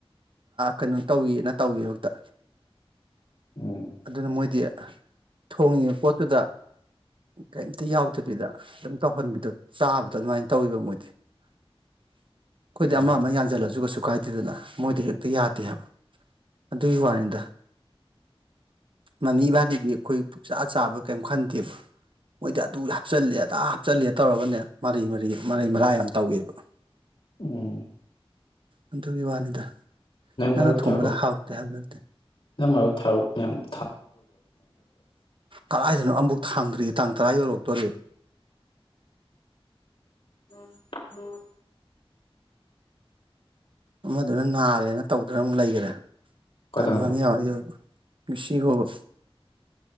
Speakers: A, on the right; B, on the left.
A: ꯀꯩꯅꯣ ꯇꯧꯋꯦꯅ ꯇꯧꯋꯤ ꯍꯦꯛꯇ
B: ꯎꯝ
A: ꯑꯗꯨꯅ ꯃꯣꯏꯗꯤ ꯊꯣꯡꯉꯤꯕ ꯄꯣꯠꯇꯨꯗ ꯀꯩꯝꯇ ꯌꯥꯎꯗꯕꯤꯗ ꯑꯗꯨꯝ ꯇꯧꯍꯟꯕꯤꯗꯣ ꯆꯥꯕꯗꯣ ꯑꯗꯨꯃꯥꯏꯅ ꯇꯧꯋꯦꯕ ꯃꯣꯏꯗꯤ ꯑꯩꯈꯣꯏꯗꯤ
B: ꯎꯝ
A: ꯑꯃ ꯑꯃ ꯌꯥꯟꯁꯤꯜꯂꯁꯨ ꯀꯩꯁꯨ ꯀꯥꯏꯗꯦꯗꯅ ꯃꯣꯏꯗꯤ ꯍꯦꯛꯇ ꯌꯥꯗꯦ ꯍꯥꯏꯕ ꯑꯗꯨꯒꯤ ꯋꯥꯅꯤꯗ ꯉꯥꯅꯤ ꯏꯕꯥꯅꯤꯒꯤ ꯑꯩꯈꯣꯏ ꯄꯨꯛꯆꯥ ꯆꯥꯕ ꯀꯔꯤꯝ ꯈꯟꯗꯦꯕ ꯃꯣꯏꯗꯤ ꯑꯗꯨ ꯍꯥꯞꯆꯜꯂꯦ ꯑꯗꯥ ꯍꯥꯞꯆꯜꯂꯦ ꯇꯧꯔꯒꯅꯦ ꯃꯔꯩ ꯃꯔꯩ ꯃꯔꯩ ꯃꯔꯥ ꯌꯥꯝ ꯇꯧꯋꯦꯕ
B: ꯑꯣ
A: ꯑꯗꯨꯒꯤ ꯋꯥꯅꯤꯗ ꯅꯪꯅ
B: ꯃꯔꯨꯞ
A: ꯊꯣꯡꯕꯅ
B: ꯊꯥꯔꯛ
A: ꯍꯥꯎꯇꯦ ꯍꯥꯏꯕ ꯅꯠꯇꯦ
B: ꯅꯪ ꯃꯔꯨꯞ ꯊꯥꯔꯛ ꯃꯌꯥꯝꯗ
A: ꯀꯗꯥꯥꯏꯗꯅꯣ ꯑꯃꯨꯛ ꯍꯥꯡꯗ꯭ꯔꯤ ꯇꯥꯡ ꯇꯔꯥ ꯌꯧꯔ <unintelligible>
B: ꯎꯝ ꯎꯝ <unintelligible>
A: ꯑꯃꯗꯨꯅ ꯅꯥꯔꯦꯅ ꯇꯧꯗꯅ ꯑꯃꯨꯛ ꯂꯩꯈꯔꯦ
B: ꯀꯅꯥꯅꯣ
A: ꯇꯟꯕ ꯑꯃ ꯌꯥꯎ ꯑꯩꯗꯨ <unintelligible> ꯀꯁꯤ ꯍꯣꯕ